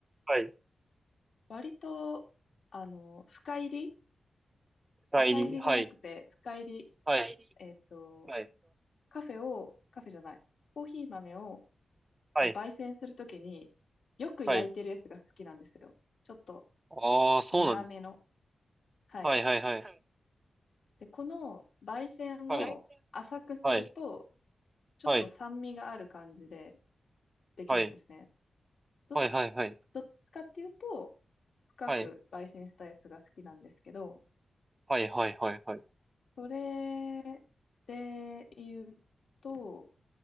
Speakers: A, on the right (about 20°); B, on the left (about 60°).
A: はい。
B: 割と、あの、深入り
A: 代理。
B: 浅入りじゃなくて、
A: はい。
B: 深入り、
A: はい。
B: えーっと、
A: はい。
B: カフェを、カフェじゃない、コーヒー豆を、
A: はい。
B: こう、焙煎するときに、よく焼いてるやつが好きなんですよ。
A: はい。
B: ちょっと
A: ああ、そうなんですね。
B: 苦めの。はい。
A: はいはいはい。
B: で、この焙煎を浅くすると、
A: はい。はい。
B: ちょっと酸味がある感じで
A: はい、
B: できるんですね。
A: はい、
B: ど、
A: はい、はい、はい、
B: どっちかっていうと、深く焙煎したやつが好きなんですけど、
A: はい、はい、はい、はい、はい、
B: それで言うと、